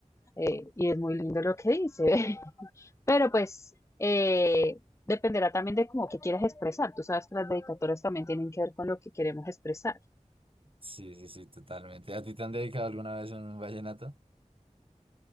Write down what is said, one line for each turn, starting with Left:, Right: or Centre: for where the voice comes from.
Left: eh, y es muy lindo lo que dice. <laughs> Pero pues eh, dependerá también de cómo que quieras expresar. Tú sabes que las dedicatorias también tienen que ver con lo que queremos expresar.
Right: Sí, sí, sí, totalmente. ¿A ti te han dedicado alguna vez un vallenato?